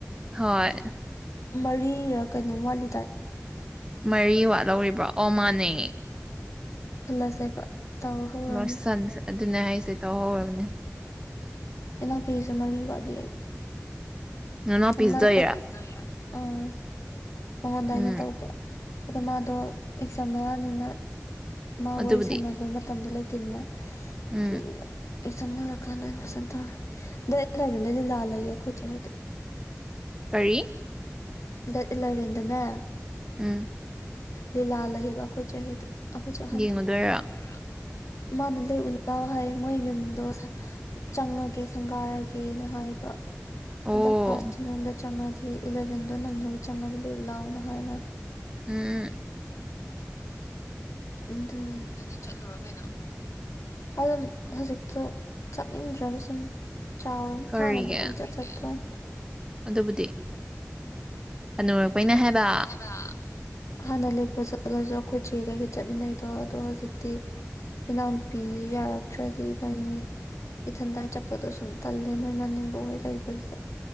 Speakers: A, on the right; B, on the left.
A: ꯍꯣꯏ
B: ꯃꯔꯤꯔꯥ ꯀꯩꯅꯣꯝ ꯋꯥꯠꯂꯤꯗꯥꯏ
A: ꯃꯔꯤ ꯋꯥꯠꯂꯧꯔꯤꯕ꯭ꯔꯣ ꯑꯣ ꯃꯥꯅꯦ
B: ꯁꯤꯜꯂꯁꯦꯕ ꯇꯧꯍꯧꯔꯝꯅꯦ
A: ꯃꯣꯏ ꯁꯟꯁꯦ ꯑꯗꯨꯅꯦ ꯍꯥꯏꯁꯦ ꯇꯧꯍꯧꯔꯕꯅꯦ
B: ꯏꯅꯥꯎꯄꯤꯁꯨ ꯃꯔꯤ ꯋꯥꯠꯂꯤ
A: ꯅꯅꯥꯎꯄꯤꯁꯤꯗꯩꯔꯥ
B: <unintelligible> ꯎꯝ ꯃꯉꯣꯟꯗ
A: ꯎꯝ
B: ꯑꯩꯅ ꯇꯧꯕ ꯑꯗꯣ ꯃꯥꯗꯣ ꯑꯦꯛꯖꯥꯝ ꯃꯌꯥꯅꯤꯅ ꯃꯥ
A: ꯑꯗꯨꯕꯨꯗꯤ
B: ꯋꯥꯔꯤ ꯁꯥꯟꯅꯕꯩ ꯃꯇꯝꯗꯣ ꯂꯩꯇꯦꯗꯅ
A: ꯎꯝ
B: ꯑꯗꯨ ꯑꯦꯛꯖꯝ ꯂꯣꯏꯔꯀꯥꯟꯗ ꯑꯣꯏꯅ ꯐꯖꯅ ꯇꯧꯔ ꯗꯦꯗ ꯏꯜꯂꯕꯦꯟꯗ ꯂꯤꯂꯥ ꯂꯩꯌꯦ ꯈꯣꯏ ꯆꯦ ꯍꯣꯏꯗ
A: ꯀꯔꯤ
B: ꯗꯦꯗ ꯏꯂꯚꯦꯟꯗꯅꯦ
A: ꯎꯝ
B: ꯂꯤꯂꯥ ꯂꯩꯌꯦꯕ ꯑꯩꯈꯣꯏ ꯆꯦ ꯈꯣꯏ ꯆꯦ ꯑꯍꯟꯗꯣ
A: ꯌꯦꯡꯉꯨꯗꯣꯏꯔꯥ
B: ꯌꯦꯡꯉꯨꯗꯨꯏꯔꯣ ꯃꯥꯅ ꯂꯦꯛ ꯎ ꯂꯎ ꯍꯥꯏꯌꯦ ꯃꯣꯏ ꯌꯨꯝꯗꯣ ꯆꯪꯉꯒꯦ ꯁꯪꯒꯥꯔꯒꯦꯅ ꯍꯥꯏꯕ
A: ꯑꯣ
B: ꯍꯟꯗꯛ ꯇꯁꯤꯗ
A: ꯎꯝ
B: ꯆꯪꯉꯗꯤ ꯏꯂꯚꯦꯟꯗꯣ ꯅꯪꯅꯕ ꯆꯪꯉꯗꯤ ꯂꯦꯛꯎ ꯂꯥꯎꯅ ꯍꯥꯏꯕ
A: ꯎꯝ
B: ꯑꯗꯨ ꯑꯗꯨꯗꯤ ꯆꯠꯂꯨꯔꯣ ꯀꯩꯅꯣ ꯑꯗꯨꯝ ꯍꯧꯖꯤꯛꯇꯣ ꯆꯠꯅꯤꯡꯗ꯭ꯔꯕ ꯁꯨꯝ ꯆꯥꯎꯔ <inaudible>
A: ꯀꯔꯤꯒꯤ
B: ꯊꯥꯏꯅꯕꯨ ꯄꯪꯆꯠ ꯆꯠꯄ꯭ꯋꯥꯅꯤ
A: ꯑꯗꯨꯕꯨꯗꯤ ꯍꯅꯨꯔꯛꯄꯩꯅ ꯍꯥꯏꯕ
B: <unintelligible> ꯍꯥꯟꯅ ꯂꯦꯛꯄ ꯆꯠꯂꯁꯨ ꯑꯩꯈꯣꯏ ꯆꯦꯒ ꯑꯩꯒ ꯆꯠꯃꯤꯟꯅꯩꯗꯣ ꯑꯗꯣ ꯍꯧꯖꯤꯛꯇꯤ ꯏꯅꯥꯎꯄꯤꯁꯨ ꯌꯥꯔꯛꯇ꯭ꯔꯗꯤ ꯏꯕꯥꯟꯅꯤ ꯏꯊꯟꯗ ꯑꯩ ꯆꯠꯄꯗꯣ ꯁꯨꯝ ꯇꯜꯂꯦ ꯃꯣꯏ ꯃꯅꯦꯝꯕꯣꯛꯍꯣꯏ ꯂꯩꯕꯁꯤꯗ